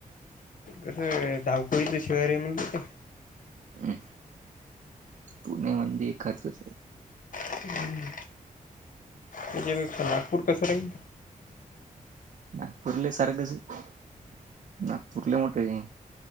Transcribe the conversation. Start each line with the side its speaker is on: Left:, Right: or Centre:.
Left: कसं धावपळीच शहर आहे म्हणलं ते.
Right: हम्म पुणे म्हणजे खर्चच आहे.
Left: हम्म तेज्यापेक्षा नागपूर कस राहिल?
Right: नागपूरला हि सारखच आहे नागपूर लय मोठं हंय.